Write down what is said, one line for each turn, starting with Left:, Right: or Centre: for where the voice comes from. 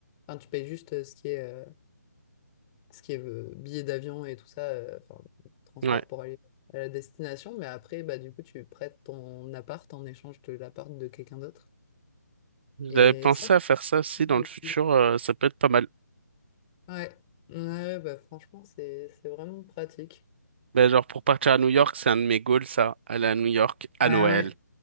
Left: Enfin, tu payes juste euh, ce qui est euh, ce qui est euh, billets d'avion et tout ça, euh, enfin, transport
Right: ouais.
Left: pour aller à la destination. Mais après, bah, du coup, tu prêtes ton appart en échange de l'appart de quelqu'un d'autre.
Right: J'avais
Left: Et
Right: pensé
Left: ça,
Right: à faire ça aussi
Left: c'est-
Right: dans le futur, euh, ça peut être pas mal.
Left: ouais, ouais, bah, franchement, c'est, c'est vraiment pratique.
Right: Ben, genre pour partir à New York, c'est un de mes goals, ça. Aller à New York à
Left: Ah
Right: Noël.
Left: ouais.